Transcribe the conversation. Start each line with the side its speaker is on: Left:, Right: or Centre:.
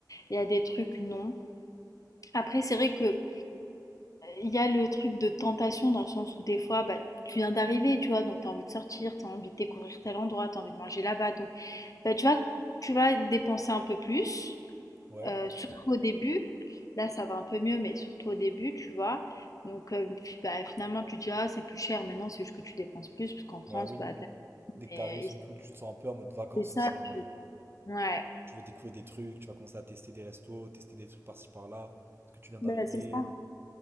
Left: il y a des trucs non. Après, c'est vrai que euh, il y a le truc de tentation dans le sens où des fois, bah, tu viens d'arriver, tu vois, donc t'as envie de sortir, t'as envie de découvrir tel endroit, t'as envie de manger là-bas, donc bah, tu vas, tu vas dépenser un peu plus.
Right: Ouais.
Left: Euh, surtout au début, là ça va un peu mieux, mais surtout au début, tu vois. Donc euh, fi- bah, finalement tu te dis ah c'est plus cher, mais non c'est juste que tu dépenses plus, parce qu'en France,
Right: Bah oui.
Left: bah t'as
Right: Dès que
Left: mais
Right: t'arrives, surtout,
Left: ici,
Right: tu te sens un peu en mode vacances
Left: c'est ça,
Right: aussi, en
Left: tu-
Right: vrai.
Left: ouais.
Right: Tu veux découvrir des trucs, tu vas commencer à tester des restos, tester des trucs par-ci par-là, parce que tu viens d'arriver.
Left: Bah, c'est ça.